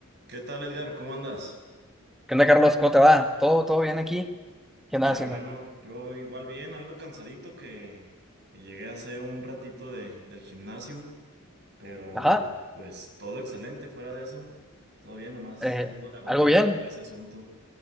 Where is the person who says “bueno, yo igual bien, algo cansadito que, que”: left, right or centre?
Right